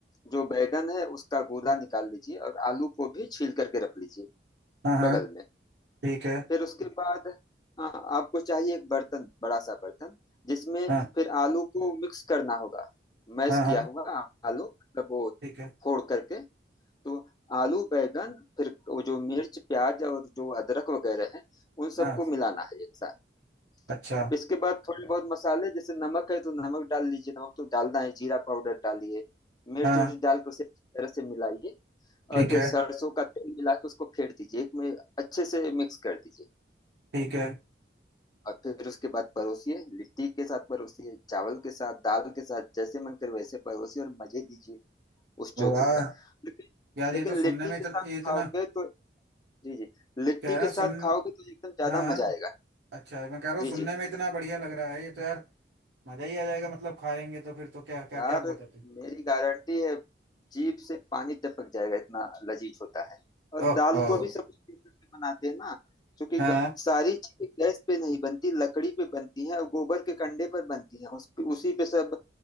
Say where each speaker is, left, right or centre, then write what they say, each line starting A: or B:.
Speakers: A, on the left; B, on the right.
A: जो बैगन है उसका गूदा निकाल लीजिए और आलू को भी छील करके रख लीजिए
B: हाँ हाँ
A: बगल में
B: ठीक है
A: फिर उसके बाद आ, आपको चाहिए एक बर्तन बड़ा सा बर्तन जिसमें
B: हाँ
A: फिर आलू को मिक्स करना होगा मैश
B: हाँ हाँ
A: किया हुआ आलू मतलब वो
B: ठीक है
A: फोड़ करके तो आलू बैगन फिर वो जो मिर्च प्याज और जो अदरक वगैरह है उन
B: हाँ
A: सबको मिलाना है एक साथ
B: अच्छा
A: अब इसके बाद थोड़े बहुत मसाले जैसे नमक है तो नमक डाल लीजिए नमक तो डालना है जीरा पाउडर डालिए मिर्च
B: हाँ
A: उर्च डाल के उसे अच्छी तरह से मिलाइए
B: ठीक
A: और फिर
B: है
A: सरसों का तेल मिला के उसको फेर दीजिए एक में अच्छे से मिक्स कर दीजिए
B: ठीक है
A: और फिर उसके बाद परोसिए लिट्टी के साथ परोसिए चावल के साथ दाल के साथ जैसे मन करे वैसे परोसिए और मजे लीजिए उस चोखे
B: वाह
A: का लेकिन
B: यार ये
A: लेकिन
B: तो सुनने
A: लिट्टी
B: में
A: के
B: इतना
A: साथ
B: ये इतना
A: खाओगे तो जी जी लिट्टी
B: कह रहे
A: के
B: हैं
A: साथ
B: सुन
A: खाओगे तो एकदम ज्यादा
B: हाँ हाँ,
A: मजा आएगा
B: अच्छा मैं कह रहा
A: जी
B: हूँ सुनने
A: जी
B: में इतना बढ़िया लग रहा है ये तो यार मजा ही आ जाएगा मतलब खाएंगे तो फिर तो क्या क्या
A: यार
B: क्या बताते
A: मेरी गारंटी है जीभ से पानी टपक जाएगा इतना लजीज होता है और
B: ओह
A: दाल को भी सब उसी प्रोसेस से बनाते हैं ना क्योंकि
B: हाँ
A: ग- सारी चीजें गैस पे नहीं बनती लकड़ी पे बनती हैं और गोबर के कंडे पर बनती हैं उस पे, उसी पे सब